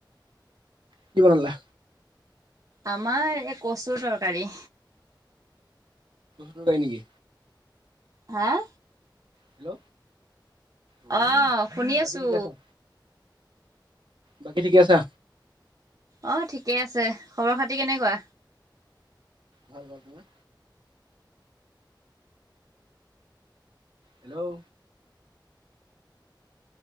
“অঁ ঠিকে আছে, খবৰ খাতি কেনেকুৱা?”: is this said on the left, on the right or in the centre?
Right